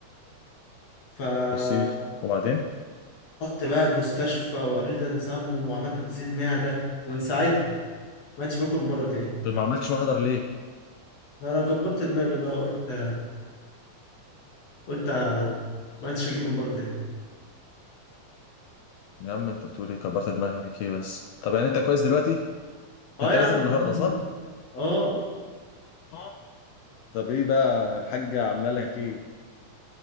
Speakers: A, on the left; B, on the left.
A: فرحت
B: بسيط وبعدين؟
A: بقى المستشفى وقالوا لي ده تسمم وعملت غسيل معده ومن ساعتها ما عدتش باكل من بره تاني
B: طب ما عملتش محضر ليه؟
A: انا كبرت دماغي بقى قلت قلت ما عدتش اجيب من بره تاني
B: يا عم انت بتقول ايه كبرت دماغك ايه بس طب يعني انت كويس دلوقتي
A: اه
B: انت
A: يا
B: نازل
A: عم الكلام
B: النهارده
A: ده-
B: صح
A: اه
B: آه. طب ايه بقى الحاجة عاملة لك ايه